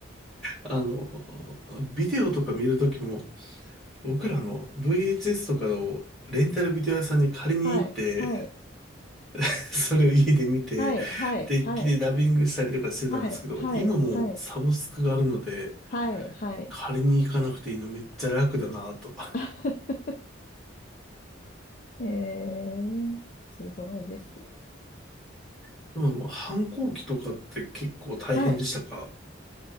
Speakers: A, in the centre; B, on the left.
A: あの、ビデオとか見る時も、僕らあの VHS とかをレンタルビデオ屋さんに借りに行って、
B: はい。はい。
A: <laughs> それを家で見て、
B: はい。はい。
A: デッキでダビングしたりとかしてたんですけど、
B: はい。はい。
A: 今もうサブスクがあるので、
B: はい。はい。はい。はい。
A: 借りに行かなくていいのめっちゃ楽だなと。
B: <laughs> えー、すごいです。
A: <laughs> でもあの、反抗期とかって結構大変でしたか
B: はい。